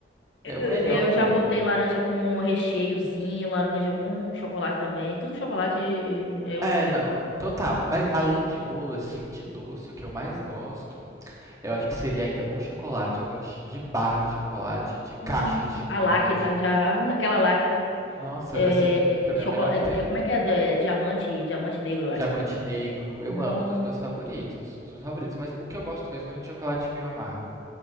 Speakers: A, on the right; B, on the left.
A: É
B: Eu,
A: o
B: eu-
A: melhor bolo.
B: eu já botei laranja com recheiozinho, laranja com chocolate também. Tudo chocolate é outra
A: É,
B: coisa.
A: não, total. Mas além de bolo assim de doce, o que eu mais gosto, eu acho que seria ainda o chocolate. Eu gosto de barra de chocolate, de caixa
B: Hum,
A: de chocolate.
B: a Lacta, já naquela Lacta.
A: Nossa,
B: É,
A: assim, pra mim
B: chocola-
A: é o melhor que
B: é-
A: tem.
B: é- como é que é? É, Diamante, diamante negro, eu
A: Diamante
B: acho o nome.
A: negro, eu
B: Nossa.
A: amo, é um dos meus favoritos, um dos meus favoritos, mas o que eu gosto mesmo é o de chocolate meio amargo.